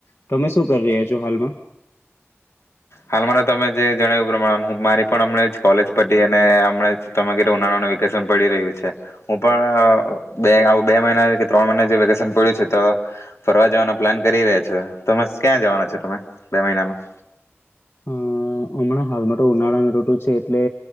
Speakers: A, on the left; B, on the left.
A: તમે શું કરી રહ્યા છો હાલમાં?
B: હાલ મા તો તમે જે જણાવ્યું પ્રમાણે મારી પણ હમણે જ કોલેજ પયતી અને હમણે જ તમે કીધું ઉનાળાને વેકેશન પડી રહ્યું છે હું પણ બે આવ બે મહિના ત્રણ મહિના જેવું વેકેશન પડ્યું છે તો ફરવા જવાના પ્લાન કરી રહ્યા છે તો ક્યાં જવાના છો તમે બે મહિનામાં?
A: હ હમણાં હાલમાં તો ઉનાળાની ઋતુ છે એટલે